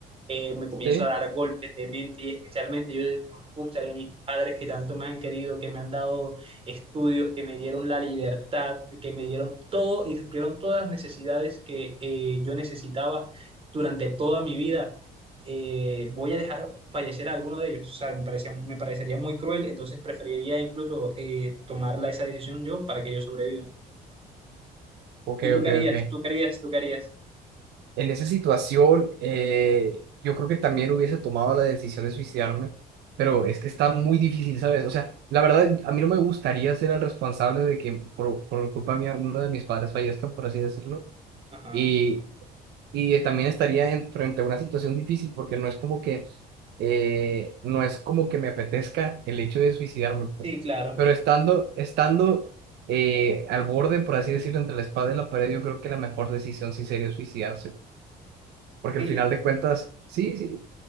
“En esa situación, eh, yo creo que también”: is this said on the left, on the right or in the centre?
Right